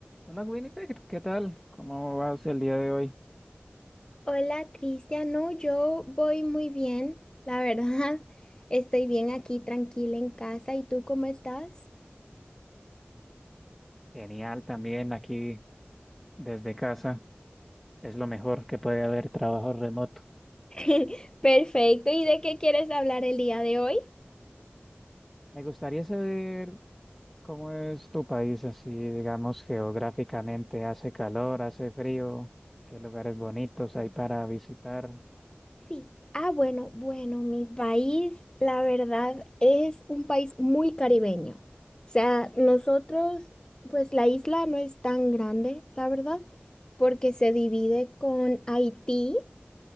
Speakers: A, in the centre; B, on the left.
A: Hola Winnipeg, ¿qué tal? ¿Cómo vas el día de hoy?
B: Hola, Cristian. No, yo voy muy bien, la verdad. <laughs> Estoy bien aquí, tranquila en casa. ¿Y tú cómo estás?
A: Genial también aquí desde casa. Es lo mejor que puede haber trabajo remoto.
B: <laughs> Perfecto. ¿Y de qué quieres hablar el día de hoy?
A: Me gustaría saber cómo es tu país así, digamos, geográficamente. ¿Hace calor, hace frío? ¿Qué lugares bonitos hay para visitar?
B: Sí. Ah, bueno, bueno, mi país, la verdad, es un país muy caribeño. O sea, nosotros, pues la isla no es tan grande, la verdad, porque se divide con Haití.